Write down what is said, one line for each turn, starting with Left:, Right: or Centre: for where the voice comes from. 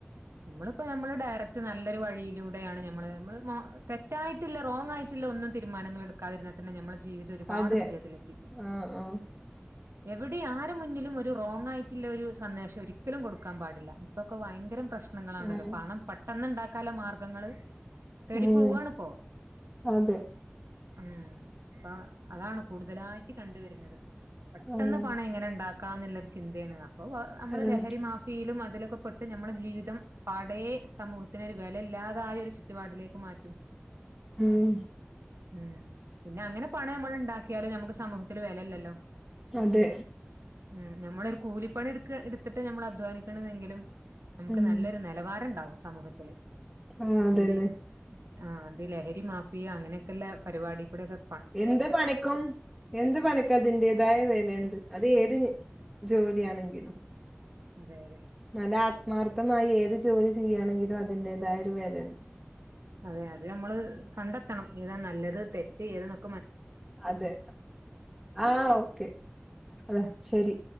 Right: നമ്മളിപ്പോ നമ്മള് ഡയറക്ട് നല്ലൊരു വഴിയിലൂടെയാണ് നമ്മള്മ്മ തെറ്റായിട്ടില്ല റോങ് ആയിട്ടില്ല ഒന്നും തീരുമാനങ്ങൾ എക്കാതിരുന്നാ തന്നെ നമ്മ ജീവിതം ഒരുപാട്
Centre: അതെ
Right: വിജയത്തിലെത്തിക്കും
Centre: ആഹ് ആഹ്
Right: എവിടെ ആരു മുന്നിലും ഒരു റോങ് ആയിട്ടുള്ള ഒരു സന്ദേശം ഒരിക്കലും കൊടുക്കാൻ പാടില്ല ഇപ്പൊക്കെ ഭയങ്കരം പ്രശ്നങ്ങളാണല്ലോ
Centre: ഉം
Right: പണം പ പെട്ടെന്നുണ്ടാക്കാല മാർഗ്ഗങ്ങങ്ങള് തേടി
Centre: ഉം
Right: പോവാണ് ഇപ്പോ
Centre: അതെ
Right: ഉ അപ്പ അതാണ് കൂടുതലായിട്ട് കണ്ടുവരുന്നത് പെട്ടെന്ന്
Centre: ആഹ്
Right: പണം എങ്ങനെ ഉണ്ടാക്ക എന്നുള്ളരു ചിന്തയാണ് അപ്പൊ നമ്മള്
Centre: ആഹ്
Right: ലഹരി മാഫിയയിലും അ അതിലൊക്കെ പെട്ട് നമ്മുടെ ജീവിതം പാടെ സമൂഹത്തിന് ഒരു വിലയില്ലാതായ ഒരു ചുറ്റുപാടിലേക്ക് മാറ്റും
Centre: ഉം
Right: ഉം പിന്നെ അങ്ങനെ പണം നമ്മൾ ഉണ്ടാക്കിയാലോ നമുക്ക് സമൂഹത്തിൽ വില ഇല്ലല്ലോ
Centre: അതെ
Right: ഉ ഞമ്മളൊരു കൂലി എടുത്ത് എടുത്തിട്ട് നമ്മൾ അധ്വാനിക്കണതെങ്കിലും നമുക്ക്
Centre: ഉം
Right: നല്ലൊരു നിലവാരം ഉണ്ടാവും സമൂഹത്തില്
Centre: ആഹ് അതന്നെ
Right: ഇത് ആഹ അത് ലഹരി മാഫിയ അങ്ങനെയൊക്കെ ഉള്ള പരിപാടി കൂടെൊക്കെ
Centre: എന്ത് പണിക്കും എന്ത് പണിക്കും അതിന്റെേതായ വിലയുണ്ട് അത് ഏത് ജോലിയാണെങ്കിലും
Right: അതെ അതെ
Centre: നല്ല ആത്മാർത്ഥമായി ഏത് ജോലി ചെയ്യുകയാണെങ്കിലും അതിന്റേതായ ഒരു വിലയുണ്ട്
Right: അതെ അതെ നമ്മള് കണ്ടെത്തണം ഏതാ നല്ലത് തെറ്റ് ഏത
Centre: അതെ ആഹ ഓക്കെ അതാ ശരി